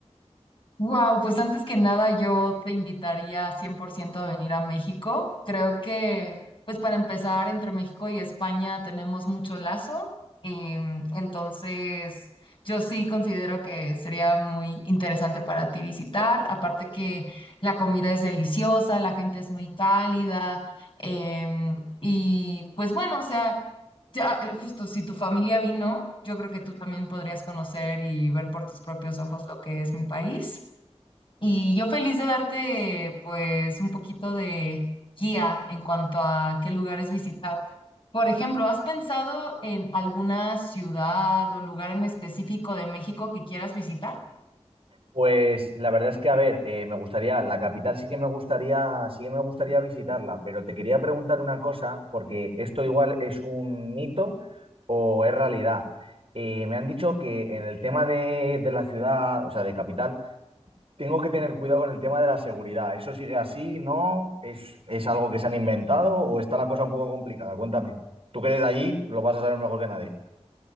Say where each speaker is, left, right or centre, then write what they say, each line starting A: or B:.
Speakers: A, on the left; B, on the right.
A: Wow, pues antes que nada yo te invitaría 100% a venir a México. Creo que, pues para empezar, entre México y España tenemos mucho lazo. em, entonces, yo sí considero que sería muy interesante para ti visitar. Aparte que la comida es deliciosa, la gente es muy cálida. em, y pues bueno, o sea, ya, eh, justo si tu familia vino, yo creo que tú también podrías conocer y ver por tus propios ojos lo que es mi país. Y yo feliz de darte pues un poquito de guía en cuanto a qué lugares visitar. Por ejemplo, ¿has pensado en alguna ciudad o lugar en específico de México que quieras visitar?
B: Pues la verdad es que, a ver, eh, me gustaría, la capital sí que me gustaría, sí que me gustaría visitarla, pero te quería preguntar una cosa, porque esto igual es un mito o es realidad. Eh, me han dicho que en el tema de, de la ciudad, o sea, de capital, tengo que tener cuidado con el tema de la seguridad. ¿Eso sigue así? ¿No? ¿Es, es algo que se han inventado o está la cosa un poco complicada? Cuéntame. Tú que eres de allí, lo vas a saber mejor que nadie.